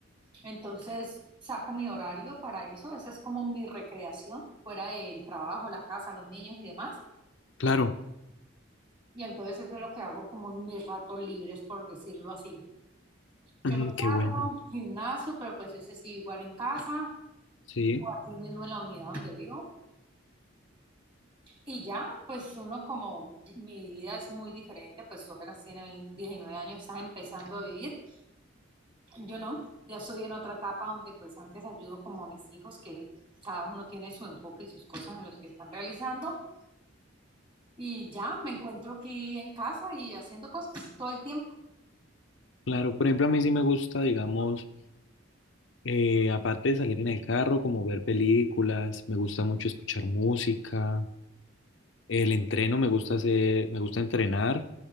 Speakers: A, on the right; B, on the left.
A: Entonces saco mi horario para eso, esa es como mi recreación fuera del trabajo, la casa, los niños y demás.
B: claro.
A: Y entonces eso es lo que hago como en mis ratos libres, por decirlo así.
B: Mm,
A: ¿Qué más
B: qué bueno.
A: hago? Gimnasio, pero pues ese sí igual en casa,
B: Sí,
A: aquí mismo en la unidad donde vivo. Y ya, pues uno como mi vida es muy diferente, pues tú apenas tienes 20 19 años, estás empezando a vivir. Yo no, ya estoy en otra etapa donde pues antes ayudo como a mis hijos, que cada uno tiene su enfoque y sus cosas en los que están realizando. Y ya me encuentro aquí en casa y haciendo cosas todo el tiempo.
B: claro. Por ejemplo, a mí sí me gusta, digamos. Eh, aparte de salir en el carro, como ver películas, me gusta mucho escuchar música, el entreno me gusta hacer, me gusta entrenar,